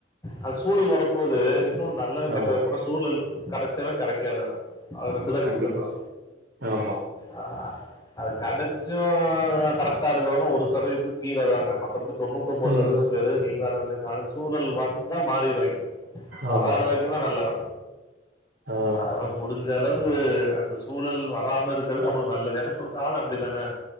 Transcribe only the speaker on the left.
அந்த சூழல் வரப் போது இன்னு நல்லவ கெட்டவ
அப்பினா சூழல் கெடச்சவ கெடைக்காதவ அது ரெண்டுதா
டிஃப்ரென்ஸ்
அ அது கெடச்சு கரெக்டா இருக்கிறவ ஒரு சதவீதத்து கீழ தாங்க மத்தபடி தொண்ணூத்தொம்போது
சதவீதம் பேரு நீங்களாதா அந் சூழல் வந்தா மாறிருவாங்க வராத
வரைக்குந்தா நல்லவ
அதா முடிஞ்சளவு அந்த சூழல் வராம இருக்கது நம்மளுக்கு நல்லது ஏன்னா இப்ப கால அப்டி தானே